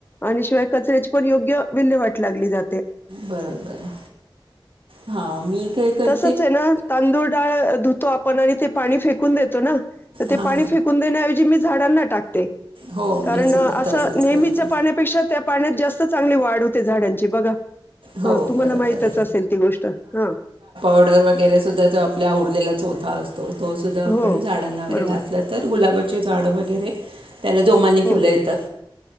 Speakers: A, on the left (about 25°); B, on the right (about 70°).
A: आणि शिवाय कचऱ्याची पण योग्य विल्हेवाट लागली जा
B: बरोबर. हा मी काय कर
A: तच हे ना, तांदूळ डाळ धुतो आपण आणि ते पाणी फेकून देतो ना. तर ते
B: हां
A: पाणी फेकून देण्याऐवजी मीच झाडांना टाकते.
B: हो
A: कारण
B: मी सुद्धा
A: असं
B: तसंच
A: नेहमीच्या
B: करते
A: पाण्यापेक्षा त्या पाण्यात जास्त चांगली वाढ होते झाडांची बघा.
B: हो
A: हा तुम्हाला
B: बरोबर
A: माहितच असेल ती गोष्ट, हा.
B: वडर वगैरेसुद्धा जो आपला उरलेला चोथा असतो तोसुद्धा आपण
A: हो
B: झाडांना वगैरे
A: बरोबर
B: घातला, तर गुलाबा चे झाडं वगैरे त्याला जोमांनी
A: हो
B: फुलं येतात.